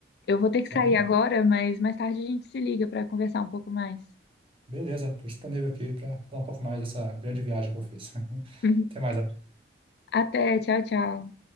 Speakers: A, on the left; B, on the right.
A: Eu vou ter que
B: certo?
A: sair agora, mas mais tarde a gente se liga para conversar um pouco mais.
B: Beleza, estou disponível aqui para falar um pouco mais dessa grande viagem que eu fiz. <laughs>
A: <laughs>
B: Até mais.
A: Até, tchau, tchau.